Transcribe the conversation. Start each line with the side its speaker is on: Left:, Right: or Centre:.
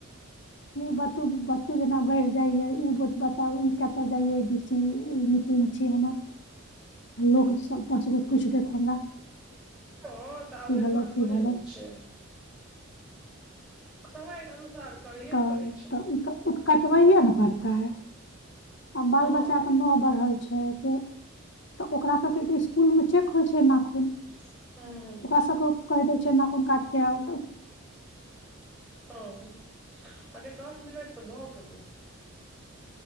Left: बतू बतू जेना भरि जाइ या ई बत ब तब ई कतय जाइये डी सी ई मिटिंग छी हमर लोक सभ दस गो पूछि देत हमरा
Centre: हँ तऽ आब
Left: की
Centre: एना
Left: भेलौ की
Centre: थोड़े
Left: भेलौ
Centre: होइ छै समय अनुसार करैए ने
Left: तऽ
Centre: पड़ै छै
Left: तऽ ई उ तऽ कटबैए ने पड़तै आ बाल
Centre: हँ
Left: बच्चाके
Centre: गे
Left: नह बढ़ल छै के तऽ ओकरा सभके तऽ स्कूल में त चेक होइ छैय नाखून।
Centre: ह <unintelligible>
Left: ओकरा सबके कहि दै छैय नाखुन काटी के आऊ।
Centre: हँ अगे दस मिनट तऽ भऽ गेलहुँ।